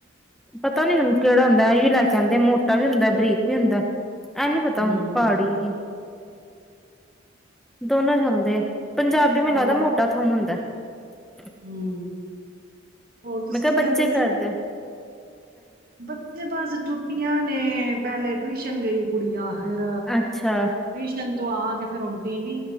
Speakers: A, in the centre; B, on the right.
A: ਪਤਾ ਨ ਮੈਨੂੰ ਕਿਹੜਾ ਹੁੰਦਾ ਅਹੀ ਵੀ ਲੈ ਕੇ ਆਉਂਦੇ ਮੋਟਾ ਵੀ ਹੁੰਦਾ ਬਰੀਕ ਵੀ ਹੁੰਦਾ ਇਹਨੀ ਪਤਾ
B: ਹੂੰ,
A: ਹੁਣ ਪਹਾੜੀ ਜ ਦੋਨੋ ਜਾਂਦੇ ਪੰਜਾਬੀ ਮੈਨੂੰ
B: ਹੋਰ
A: ਲੱਗਦਾ ਮੋਟਾ ਥੋਮ ਹੁੰਦਾ। <inaudible>
B: ਹੂੰ ਹੋਰ ਤੁਸੀਂ
A: ਮੈਂ ਕਿਹਾ
B: ਕੀ
A: ਬੱਚੇ
B: ਕਹਿੰਦੇ
A: ਕਰਦੇ।
B: ਸੀ? ਬੱਚੇ ਬਸ ਛੁੱਟੀਆਂ ਨੇ ਪਹਿਲੇ <unintelligible> ਟਿਉਸ਼ਨ ਗਈ ਕੁੜੀਆਂ। ਫੇਰ
A: ਅੱਛਾ
B: ਟਿਉਸ਼ਨ ਤੋਂ ਆ ਕੇ ਫੇਰ ਹੁਣ ਟੀ ਵੀ।